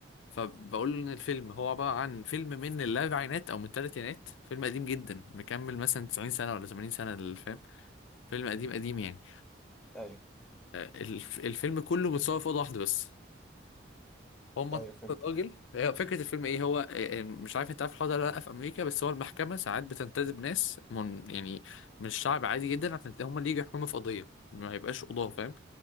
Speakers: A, on the left; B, in the centre.
A: فبقول له ان الفيلم هو عباره عن فيلم من الاربعينات او من الثلاثينات فيلم قديم جدا مكمل مثلا 90 سنه ولا 80 سنه الفيلم فيلم قديم قديم يعني
B: ايوه
A: والفيلم كله متصور في اوضه واحده بس هم
B: ايوه
A: طلعوا
B: فهمت
A: الراجل هي فكره الفيلم ايه هو إيه، مش عارف انت عارف الحوار ده ولا لا في امريكا بس هو المحكمه ساعات بتنتدب ناس من يعني من الشعب عادي جدا عشان هم اللي يجوا يحكموا في قضيه ما يبقاش قضاه فاهم